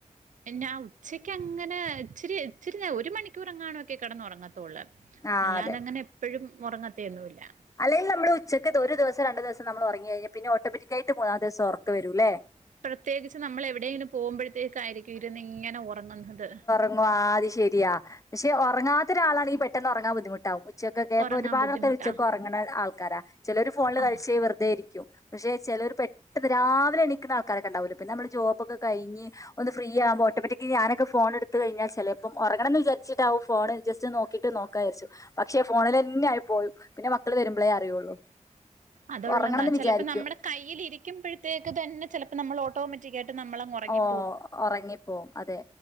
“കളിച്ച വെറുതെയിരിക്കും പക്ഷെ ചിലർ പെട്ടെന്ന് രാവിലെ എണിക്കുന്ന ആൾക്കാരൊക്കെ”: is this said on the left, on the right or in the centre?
Left